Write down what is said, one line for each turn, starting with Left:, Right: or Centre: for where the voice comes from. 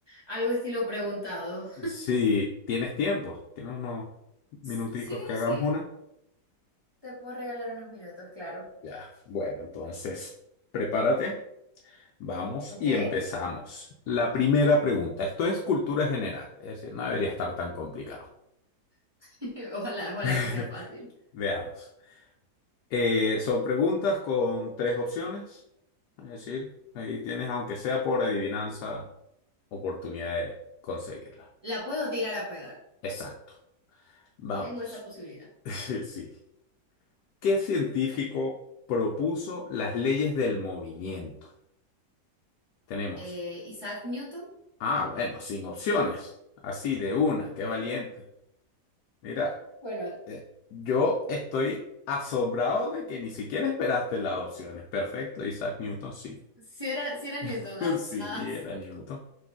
Right: algo estilo preguntado.
Left: Sí, ¿tienes tiempo? Tiene unos minuticos
Right: Sí,
Left: que hagamos
Right: sí,
Left: una.
Right: te puedo regalar unos minutos, claro.
Left: Ya. Bueno, entonces, prepárate. Vamos
Right: Ok.
Left: y empezamos. La primera pregunta. Esto es cultura general, es decir, no debería estar tan complicado.
Right: <laughs> Ojalá, ojalá
Left: <laughs>
Right: que sea fácil.
Left: Veamos. Eh, son preguntas con tres opciones. Es decir, ahí tienes, aunque sea por adivinanza, oportunidad de conseguirla.
Right: La puedo tirar a pegar.
Left: Exacto. Vamos.
Right: Tengo esa posibilidad.
Left: <laughs> Sí. ¿Qué científico propuso las leyes del movimiento? Tenemos.
Right: Eh, Isaac Newton.
Left: Ah, bueno, sin opciones. Así de una, qué valiente. Mira,
Right: Bueno,
Left: eh, yo estoy asombrado de que ni siquiera esperaste las opciones. Perfecto, Isaac Newton, sí.
Right: Si era, si era Newton.
Left: <laughs>
Right: Ah,
Left: Sí,
Right: ah,
Left: era
Right: sí.
Left: Newton.